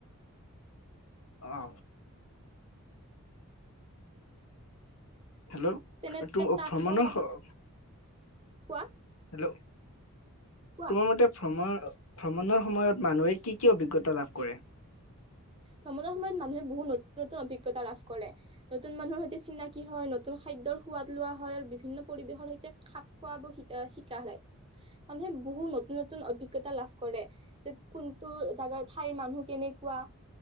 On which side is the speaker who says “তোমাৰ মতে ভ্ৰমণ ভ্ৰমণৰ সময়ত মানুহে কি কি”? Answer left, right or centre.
Left